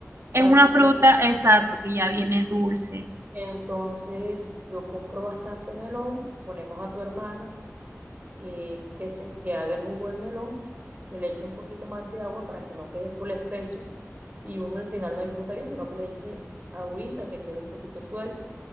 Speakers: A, on the right; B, on the right.
A: Es
B: trae
A: una
B: su
A: fruta,
B: propio.
A: exacto, que ya viene dulce.
B: Entonces, yo compro bastante melón, ponemos a tu hermana eh, que, se, que haga el jugo de melón, que le eche un poquito más de agua para que no quede full espeso y uno al final no disfruta bien, sino que le eche agüita, que quede un poquito suelto